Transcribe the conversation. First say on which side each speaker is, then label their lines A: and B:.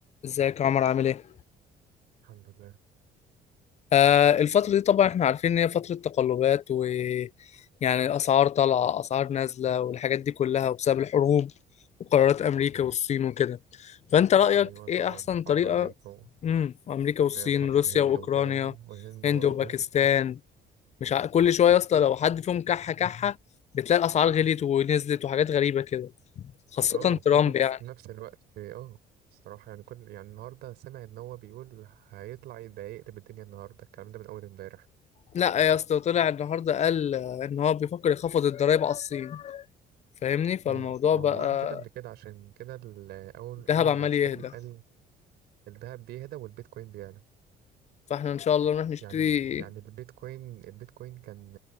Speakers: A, on the left; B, on the right.
A: ازيك يا عمر عامل ايه؟
B: الحمد لله
A: آه الفترة دي طبعا احنا عارفين ان هي فترة تقلبات و يعني اسعار طالعة اسعار نازلة والحاجات دي كلها وبسبب الحروب وقرارات امريكا والصين وكده فانت رأيك
B: أيوة
A: ايه
B: طبعا
A: احسن طريقة
B: حرب أمريكا و-
A: امم امريكا والصين
B: اللي هي حرب
A: روسيا
B: الهند
A: واوكرانيا
B: وكده والهند
A: هند
B: برضه
A: وباكستان مش ع... كل شوية يا اسطى لو حد فيهم كحة كحة بتلاقي الاسعار غليت ونزلت وحاجات غريبة كده خاصة
B: اه
A: ترامب
B: كله في
A: يعني
B: نفس الوقت في- اه الصراحة يعني كل يعني النهاردة سمع إن هو بيقول هيطلع ده يقلب الدنيا النهاردة الكلام ده من أول امبارح
A: لا يا اسطى طلع النهارده قال آه، ان هو بيفكر يخفض الضرايب على الصين فاهمني فالموضوع
B: مم. ما
A: بقى
B: هو قال كده قبل كده عشان كده ال- أول
A: الذهب
B: أول
A: عمال
B: ما اتكلم
A: يهدى
B: قال الذهب بيهدى والبيتكوين بيعلى
A: فاحنا ان شاء الله نروح نشتري
B: يعني يعني البيتكوين البيتكوين كان